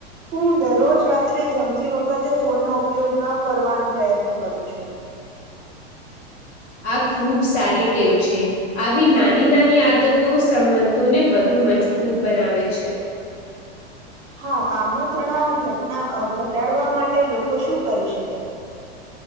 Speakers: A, on the right; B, on the left.
A: હું દરરોજ રાત્રે જમતી વખતે ફોનનો ઉપયોગ ન કરવાનો પ્રયત્ન કરું છું
B: આ ખુબ સારી ટેવ છે આવી નાની નાની આદતો સંબંધોને વધુ મજબૂત બનાવે છે,
A: હા કામનોો તણાવ ઘટના ઘટાડવા માટે લોકો શું કરી શકે